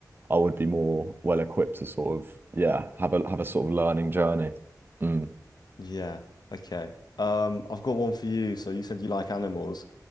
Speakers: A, on the right; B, on the left.
A: I would be more well equipped to sort of yeah have a have a sort of learning journey. Mm.
B: Yeah, okay. Um, I've got one for you. So you said you like animals.